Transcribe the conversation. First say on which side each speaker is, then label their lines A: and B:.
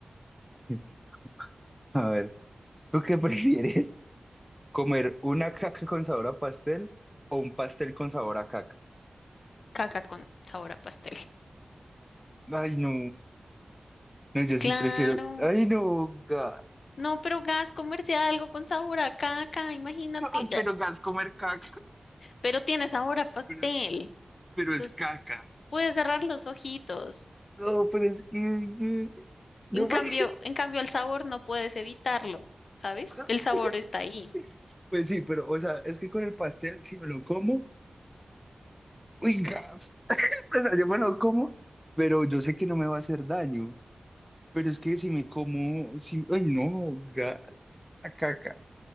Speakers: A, in the centre; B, on the left (about 80°).
A: <laughs> A ver, ¿tú qué <laughs> prefieres? ¿Comer una caca con sabor a pastel o un pastel con sabor a caca?
B: Caca con sabor a pastel.
A: Ay, no. No, yo
B: Claro.
A: sí prefiero. Ay, no, gas.
B: No, pero gas, comerse algo con sabor a caca, imagínate.
A: Ay,
B: Bla.
A: pero gas comer caca,
B: Pero tiene sabor
A: <laughs>
B: a pastel.
A: pero, pero
B: Entonces,
A: es caca.
B: puedes cerrar los ojitos.
A: No, pero es que. No
B: En cambio,
A: me...
B: en cambio el sabor no puedes evitarlo, ¿sabes? El
A: <laughs>
B: sabor está ahí.
A: Pues sí, pero, o sea, es que con el pastel, si me lo como, uy, gas. <laughs> O sea, yo me lo como, pero yo sé que no me va a hacer daño. Pero es que si me como, si, ay no, ga- la caca.